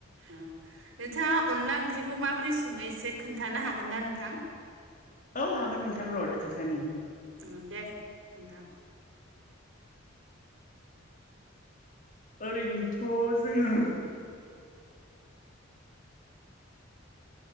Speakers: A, on the right (about 75°); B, on the left (about 45°).
A: औ नोंथाङा अनला ओंख्रिखौ माबोरै सङो एसे खोन्थानो हागोन ना नोंथां?
B: औ हागोन नोंथां र' खोन्थानि
A: उम दे नोंथां।
B: ओरैनोथ' जोङो